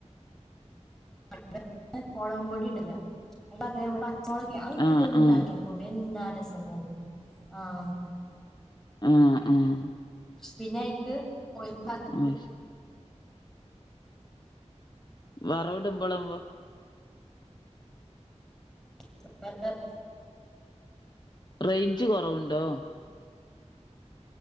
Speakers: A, in the centre; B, on the left.
A: <inaudible> മുളകും പൊടി ഇടില്ല, അയിന് പകരം പച്ചമൊളക് ഇല്ലേ അത് ഇട്ടിട്ട്
B: ആഹ്
A: ഒന്ന് ഉണ്ടാക്കി.
B: ആഹ്
A: കൊണ്ടോയി എന്താ രസം എന്നറിയോ ആഹ്.
B: ആഹ് ആഹ്
A: പിന്നെ അയിക്ക് മോരും പാർന്ന്.
B: മാഷാ വിറകിടുമ്പോളും
A: <inaudible>
B: റേഞ്ച് കുറവുണ്ടോ?